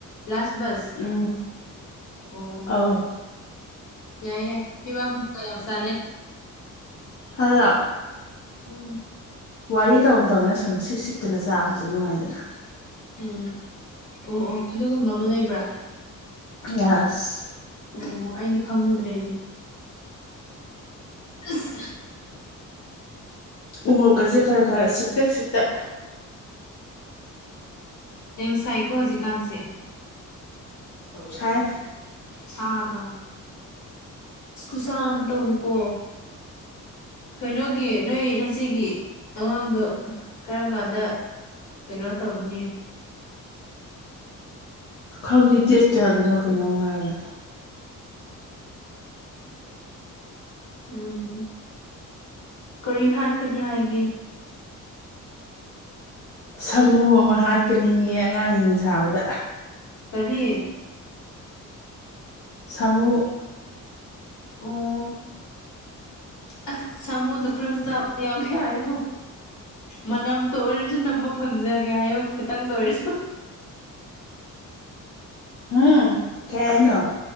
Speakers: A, on the left; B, on the left.
A: ꯂꯥꯁ ꯕꯁ
B: ꯎꯝ
A: ꯑꯣ
B: ꯑꯧ
A: ꯌꯥꯏ ꯌꯥꯏ ꯐꯤꯕꯝꯗꯨꯒ ꯌꯥꯝ ꯆꯥꯟꯅꯩ
B: ꯍꯂꫭ
A: ꯎꯝ
B: ꯋꯥꯔꯤ ꯇꯧꯅ ꯇꯧꯅ ꯁꯨꯝ ꯁꯤꯛ ꯁꯤꯛꯇꯅ ꯆꯥꯕꯁꯦ ꯅꯨꯡꯉꯥꯏꯗꯅ
A: ꯎꯝ ꯑꯣ ꯑꯣ ꯑꯗꯨꯒꯨꯝꯕ ꯑꯃ ꯂꯩꯕ꯭ꯔꯥ
B: ꯌꯥꯁ
A: ꯑꯣ ꯑꯩꯗꯤ ꯈꯪꯉꯨꯗ꯭ꯔꯦꯅꯦ ꯑ <inaudible>
B: ꯎꯃꯣꯛꯀꯁꯦ ꯈꯔ ꯈꯔ ꯁꯤꯛꯇꯛ ꯁꯤꯛꯇꯛ
A: ꯑꯦꯝꯁꯥꯏꯀꯣ ꯍꯧꯖꯤꯀꯥꯟꯁꯦ
B: ꯁꯥꯏ
A: ꯁꯥꯗ꯭ꯔꯣ ꯀꯨꯁꯥ ꯑꯃ ꯇꯧꯋꯤꯀꯣ ꯀꯩꯅꯣꯒꯤ ꯅꯣꯏ ꯉꯆꯦꯒꯤ ꯑꯉꯥꯡꯗꯣ ꯀꯔꯝ ꯀꯥꯟꯗ ꯀꯩꯅꯣ ꯇꯧꯒꯅꯤ
B: ꯈꯪꯗꯦ ꯗꯦꯠ ꯀꯌꯥꯗꯨꯅꯣ ꯀꯩꯅꯣꯝ ꯍꯥꯏꯔꯅꯦ
A: ꯎꯝ ꯀꯔꯤ ꯍꯥꯠꯀꯅꯤ ꯍꯥꯏꯒꯦ
B: ꯁꯥꯃꯨ ꯑꯃ ꯍꯥꯠꯀꯅꯤꯌꯦ ꯑꯉꯥꯡ ꯃꯤꯡ ꯁꯥꯕꯗ
A: ꯀꯔꯤ
B: ꯁꯃꯨ
A: ꯑꯣ ꯑꯁ ꯁꯥꯃꯨꯗꯣ ꯈꯔ ꯆꯥꯕ ꯌꯥꯎꯒꯦ ꯍꯥꯏꯌꯣ ꯃꯅꯝꯗꯣ ꯑꯣꯏꯔꯁꯨ ꯅꯝꯕ ꯐꯪꯖꯒꯦ ꯍꯥꯏꯌꯣ ꯈꯤꯇꯪꯗ ꯑꯣꯏꯔꯁꯨ
B: ꯎꯝ ꯀꯩꯍꯥꯏꯅꯣ